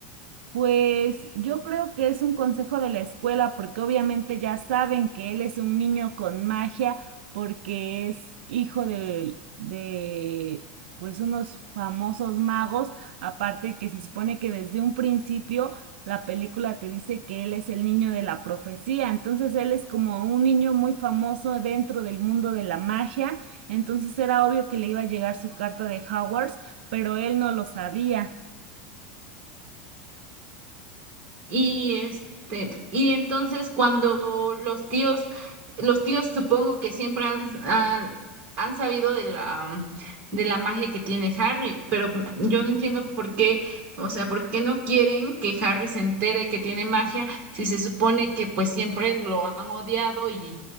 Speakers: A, on the right; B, on the right.
A: Pues yo creo que es un consejo de la escuela, porque obviamente ya saben que él es un niño con magia, porque es hijo de, de pues unos famosos magos, aparte que se supone que desde un principio la película te dice que él es el niño de la profecía, entonces él es como un niño muy famoso dentro del mundo de la magia, entonces era obvio que le iba a llegar su carta de Hogwarts, pero él no lo sabía.
B: Y este, y entonces cuando los tíos, los tíos supongo que siempre han, han, han sabido de la de la magia que tiene Harry, pero yo no entiendo por qué, o sea, por qué no quieren que Harry se entere que tiene magia si se supone que pues siempre lo han odiado y